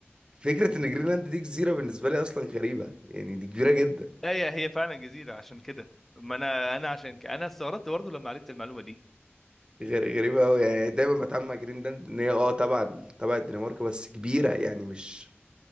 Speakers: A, on the right (about 25°); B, in the centre.
A: فكرة إن جرينلاند دي جزيرة بالنسبة لي أصلا غريبة يعني دي كبيرة جدا
B: هي هي فعلا جزيره عشان كده ما انا انا عشان ك... انا استغربت برضه لما عرفت المعلومه دي
A: غير غريبة أوي يعني دايما بتعامل مع جرينلاند إن هي أه تبع ال- تبع الدنمارك بس كبيرة يعني مش